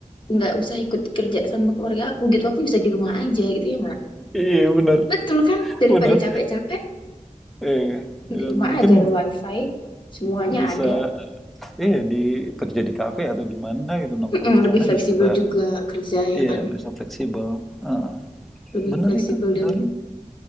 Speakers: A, on the left; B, in the centre.
A: nggak usah ikut kerja sama keluarga aku gitu. Aku bisa di rumah aja gitu ya nggak?
B: iya benar
A: Betul kan? Daripada
B: benar
A: capek-capek
B: eh
A: di
B: dan
A: rumah
B: mungkin
A: aja ada wifi, semuanya
B: bisa
A: ada.
B: iya di kerja di kafe atau di mana gitu nongkrong
A: Heeh,
B: di
A: lebih
B: sana
A: fleksibel
B: bisa
A: juga kerja ya
B: iya
A: kan?
B: bisa fleksibel Heeh.
A: Lebih
B: benar
A: fleksibel
B: itu benar
A: dan